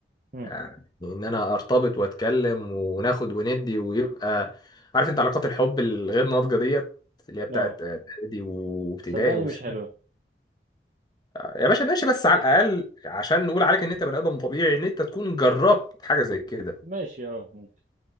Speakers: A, on the right; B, on the left.
A: امم
B: يعني ان انا ارتبط واتكلم وناخد وندي ويبقى عارف انت علاقات الحب الغير ناضجه ديت اللي هي بتاعت
A: اه
B: اعدادي وابتدائي
A: صدقني
B: وسنة.
A: مش حلوه
B: يا باشا ماشي بس على الاقل عشان نقول عليك ان انت بني ادم طبيعي ان انت تكون جربت حاجه زي كده
A: ماشي اه ممكن